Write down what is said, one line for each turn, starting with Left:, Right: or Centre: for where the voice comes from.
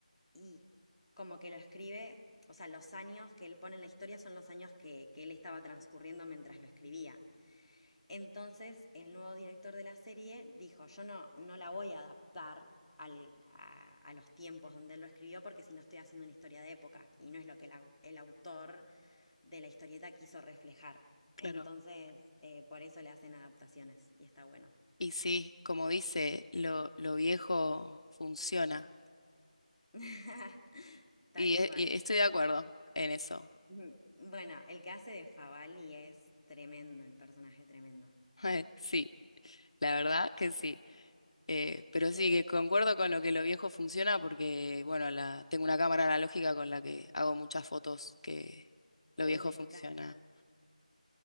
Centre: y como que lo escribe, o sea, los años que él pone en la historia son los años que, que él estaba transcurriendo mientras lo escribía. Entonces, el nuevo director de la serie dijo, yo no, no la voy a adaptar al- a, a los tiempos donde él lo escribió porque si no estoy haciendo una historia de época y no es lo que el, au- el autor de la historieta quiso reflejar.
Left: claro.
Centre: Entonces, eh, por eso le hacen adaptaciones y está bueno.
Left: Y sí, como dice, lo, lo viejo funciona.
Centre: <laughs> Tal
Left: Y, e-
Centre: cual.
Left: y estoy de acuerdo en eso.
Centre: Ujú. Bueno, el que hace de Favali es tremendo, el personaje tremendo.
Left: <laughs> Sí, la verdad que sí. Eh, pero
Centre: Eh,
Left: sí, que concuerdo con lo que lo viejo funciona porque, bueno, la, tengo una cámara analógica con la que hago muchas fotos que lo
Centre: Uy,
Left: viejo
Centre: me encanta.
Left: funciona.